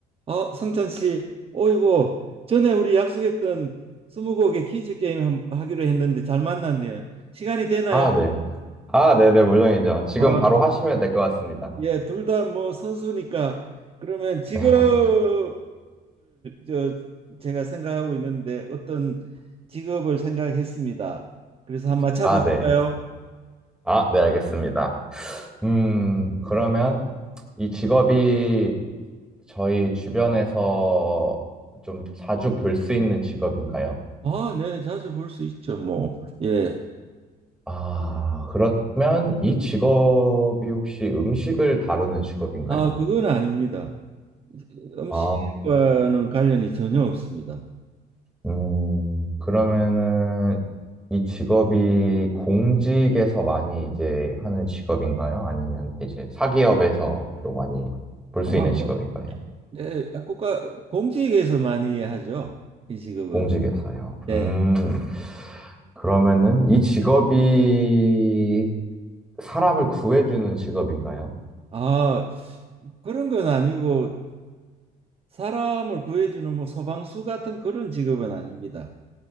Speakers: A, on the right; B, in the centre.
A: 아, 성찬 씨, 어이구, 전에 우리 약속했던 스무고개 퀴즈 게임 함- 하기로 했는데 잘 만났네요. 시간이 되나요?
B: 아, 네. 아, 네네, 물론이죠. 지금
A: 아,
B: 바로 하시면 될 것 같습니다.
A: 예, 둘 다 뭐 선수니까 그러면 직업을
B: <laughs>
A: 저 제가 생각하고 있는데 어떤 직업을 생각했습니다. 그래서 한번 맞춰보실까요?
B: 아, 네. 아, 네, 알겠습니다. 음, 그러면 이 직업이 저희 주변에서 좀 자주 볼 수 있는 직업인가요?
A: 아, 네, 자주 볼 수 있죠, 뭐. 예.
B: 아, 그러면 이 직업이 혹시 음식을 다루는 직업인가요?
A: 아, 그건 아닙니다. 음식과는
B: 아,
A: 관련이 전혀 없습니다.
B: 음, 그러면은 이 직업이 공직에서 많이 이제 하는 직업인가요? 아니면 이제 사기업에서 또 많이 볼
A: 아,
B: 수 있는
A: 뭐,
B: 직업인가요?
A: 예, 아, 국가 공직에서 많이 하죠. 이 직업은.
B: 공직에서요.
A: 네.
B: 음, 그러면은 이 직업이 사람을 구해주는 직업인가요?
A: 아, 그런 건 아니고 사람을 구해주는 뭐 소방수 같은 그런 직업은 아닙니다.